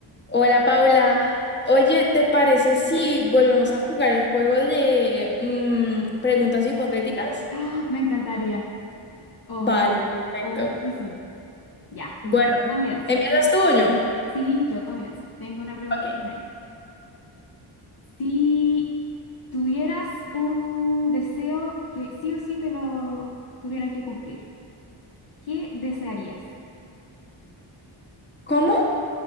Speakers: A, on the left (about 20°); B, on the left (about 45°).
A: Hola Paula, oye, ¿te parece si volvemos a jugar el juego de mm, preguntas hipotéticas?
B: ¡Ah! Me encantaría. Obvio,
A: Vale, perfecto.
B: obvio que sí. Ya,
A: Bueno,
B: comienzo.
A: ¿empiezas tú o yo?
B: Sí, yo comienzo. Tengo una pregunta
A: Ok.
B: en mente. Si tuvieras un deseo que sí o sí te lo tuvieran que cumplir, ¿qué desearías?
A: ¿Cómo?